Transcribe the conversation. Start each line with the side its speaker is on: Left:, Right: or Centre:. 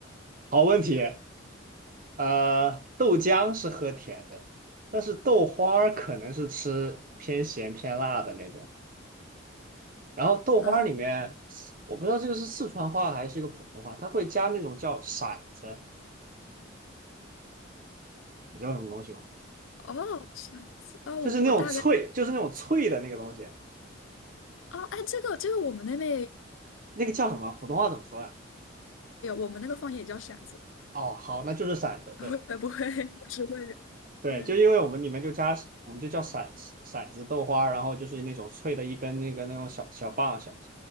Right: 好问题。呃，豆浆是喝甜的，但是豆花儿可能是吃偏咸偏辣的那种。然后豆花儿里面，
Left: 啊，
Right: 我不知道这个是四川话还是一个普通话，它会加那种叫馓子，你知道什么东西吗？
Left: 哦，是子，哦，
Right: 就是那种脆，
Left: 我我大概
Right: 就是那种脆的那个东西，
Left: 哦，哎，这个这个我们那边也
Right: 那个叫什么？普通话怎么说呀？
Left: 有，我们那个方言也叫馓子，
Right: 哦，好，那就是馓子。
Left: <laughs>
Right: 对。
Left: 我也不会，我只会
Right: 对，
Left: 对
Right: 就因为我们里面就加，我们就叫骰子骰子豆花，然后就是那种脆的一根那个那种小小棒小